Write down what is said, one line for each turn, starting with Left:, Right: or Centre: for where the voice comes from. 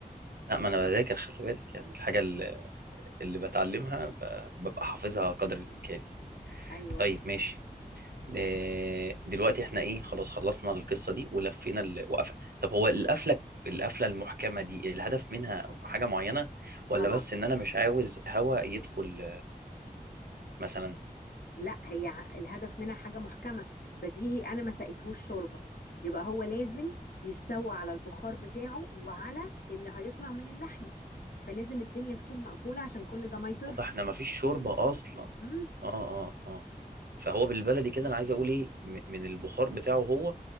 Right: لا ما انا بذاكر خلي بالك يعني الحاجة اللي, اللي بتعلمها ب- ببقى حافظها قدر الامكان يعني.
Left: ايوه
Right: طيب ماشي آه، دلوقتي احنا ايه خلاص خلصنا القصة دي ولفينا ال... وقفة طب هو القفلة القفلة المحكمة دي الهدف منها حاجة معينة ولا
Left: طبعا
Right: بس ان انا مش عاوز هوا يدخل مثلا
Left: لا هي ع- الهدف منها حاجة محكمة بديهي أنا ما سقيتهوش شوربة يبقى هو لازم يستوي على البخار بتاعه وعلى اللي هيطلع من اللحمة فلازم الدنيا تكون مقفولة عشان كل ده ما يطرش
Right: واضح احنا مفيش شوربه اصلا
Left: امم
Right: اه اه اه فهو بالبلدي كده انا عايز اقول ايه م- من البخار بتاعه هو